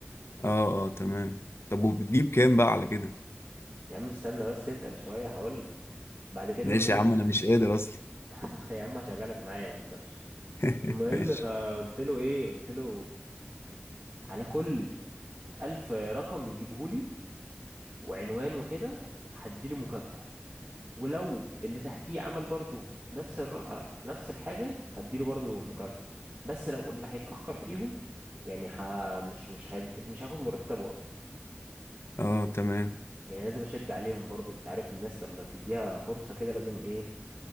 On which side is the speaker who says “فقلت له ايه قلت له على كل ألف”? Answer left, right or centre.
Right